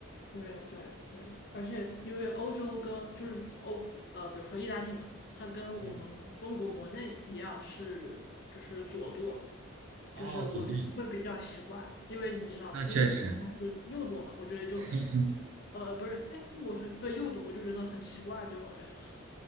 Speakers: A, on the left (about 50°); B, on the right (about 80°).
A: 对对对，而且因为欧洲跟就是欧呃，比如说意大利嘛，它跟我们中国国内一样是就是左舵，
B: 嗯，哦，
A: 就是我觉得会比较奇怪，
B: 走路，
A: 因为你知道英国它是右舵嘛，
B: 那确实。
A: 我觉得就
B: <laughs>
A: 呃不是，哎，英国是对右舵，我就觉得很奇怪，对我来说。<laughs>